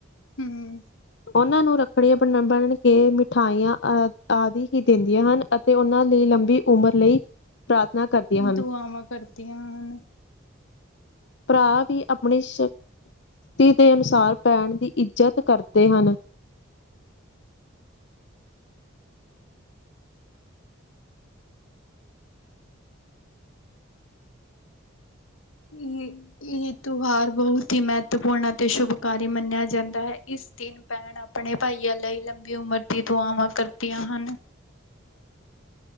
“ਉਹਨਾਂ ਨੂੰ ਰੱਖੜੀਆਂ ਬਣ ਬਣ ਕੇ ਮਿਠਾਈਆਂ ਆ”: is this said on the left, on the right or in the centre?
Left